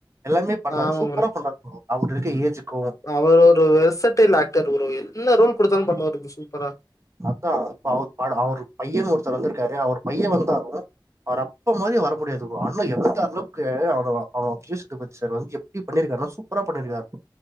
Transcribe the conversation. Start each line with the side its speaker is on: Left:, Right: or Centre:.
Right: எல்லாமே பண்றாரு
Left: ஆமா
Right: சூப்பரா பண்றாரு ப்ரோ அவுரு இருக்க ஏஜ்க்கூ
Left: அவர் ஒரு வெசட்டேல் ஆக்டர் ப்ரோ என்ன ரோல் குடுத்தாலும் பண்ணுவாரு சூப்பரா
Right: பாத்தா ப அவுர் அவருடைய அவுரு பையன் ஒருத்தர் வந்திருக்காரு அவர் பைய வந்தாலு அவர் அப்பா மாரி வர முடியாது ப்ரோ அண்ண <unintelligible> கே அவ அவ அக்யூஸ்ட் பதி சார் வந்து எப்டி பண்ணிருக்கானா சூப்பரா பண்ணிருக்கார்